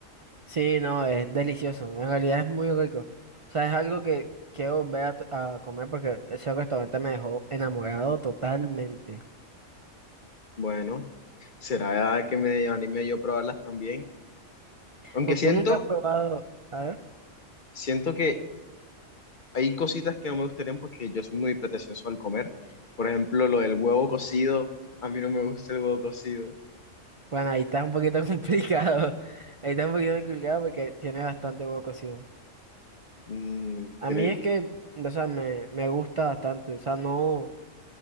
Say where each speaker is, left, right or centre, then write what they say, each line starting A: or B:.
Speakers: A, on the right; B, on the left.
A: Sí, no, es delicioso. En realidad es muy rico. O sea, es algo que quiero volver a, to- a comer porque ese restaurante me dejó enamorado totalmente.
B: Bueno, será que me anime yo a probarlas también. Aunque
A: ¿Tú
B: siento,
A: tú nunca has probado? A ver.
B: siento que hay cositas que no me gustarían porque yo soy muy pretencioso al comer. Por ejemplo, lo del huevo cocido. A mí no me gusta el huevo cocido.
A: Bueno, ahí está un poquito <laughs> complicado. Ahí está un poquito complicado porque tiene bastante huevo cocido.
B: Mm, cre-
A: A mí es que, o sea, me, me gusta bastante. O sea, no.